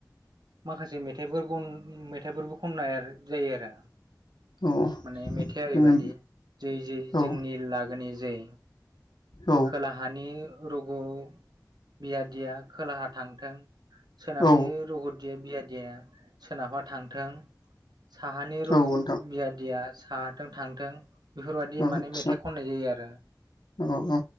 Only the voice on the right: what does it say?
माखासे मेथाइफोरखोन मेथाइफोरबो खननाय जायो आरो
माने मेथाइया ओरै
बायदि जै जै जोंनि
लागोनि जै
खोलाहानि रुगु बियादिया खोलाहा थांथों सोनाबनि
रगतदिया-बियादिया सोनाबा थां थों साहानि रगु
बियादिया साहाथों थांथों। बेफोरबायदि
माने
मेथाइ खननाय जायो आरो